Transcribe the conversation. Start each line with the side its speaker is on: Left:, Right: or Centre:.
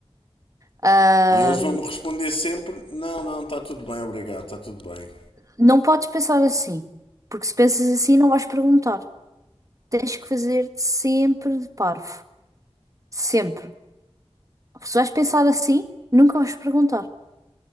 Right: Ah,
Left: E eles vão-me responder sempre: não, não, está tudo bem, obrigado, está tudo bem.
Right: não podes pensar assim, porque se pensas assim não vais perguntar. Tens que fazer sempre de parvo. Sempre. Se vais pensar assim, nunca vais perguntar.